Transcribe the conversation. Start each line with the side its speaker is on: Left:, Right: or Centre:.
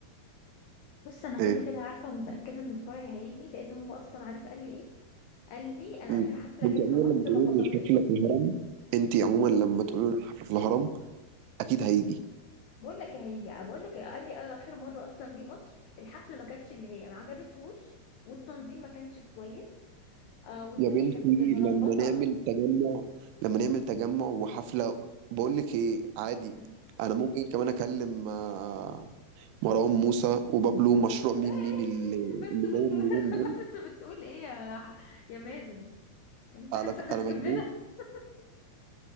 Left: بص انا كده
Right: ايه
Left: كده عارفه متاكده ان الفرع هيجي لان هو اصلا عارف قال لي ايه قال لي انا
Right: مم.
Left: اخر حفله
Right: انت
Left: جيتها
Right: عموما
Left: مصر
Right: لما تقولي
Left: ما اتبسطتش
Right: لي الحفله في الهرم انت عموما لما تقولي لي الحفله في الهرم اكيد هيجي
Left: بقول لك ايه هيجي آه، بقول لك إيه، قال لي آه، اخر مره اصلا جه مصر الحفله ما كانتش اللي هي ما عجبتهوش والتنظيم ما كانش كويس آه والدنيا
Right: يا بنتي
Left: كانت ملخبطه
Right: لما نعمل تجمع لما نعمل تجمع وحفله بقول لك ايه عادي
Left: مم.
Right: انا ممكن كمان اكلم آه، مروان موسى وبابلو مشروع ميم
Left: <laughs>
Right: ميم اللي
Left: بس
Right: اللي
Left: بس
Right: داير
Left: <laughs>
Right: اليومين
Left: خلاص
Right: دول
Left: انت بتقول ايه يا ح- يا مازن انت
Right: على
Left: انت
Right: ف...
Left: هتجيب
Right: انا مجنون
Left: لنا <laughs>